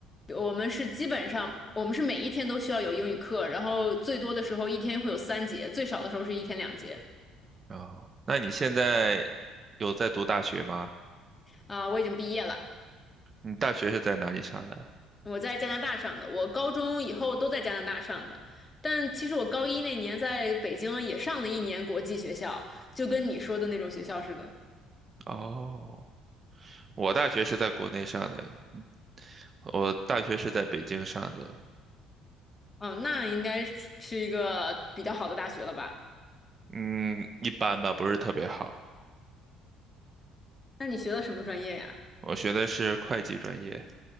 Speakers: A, on the left; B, on the right.
A: 我们是基本上我们是每一天都需要有英语课，然后最多的时候一天会有三节，最少的时候是一天两节。
B: 哦，那你现在有在读大学吗？
A: 啊、我已经毕业了。
B: 你大学是在哪里上的？
A: 我在加拿大上的，我高中以后都在加拿大上的，但其实我高一那年在北京也上了一年国际学校，就跟你说的那种学校似的。
B: 哦，我大学是在国内上的，我大学是在北京上的，
A: 哦，那应该是一个比较好的大学了吧？
B: 嗯，一般吧，不是特别好。
A: 那你学的什么专业呀？
B: 我学的是会计专业，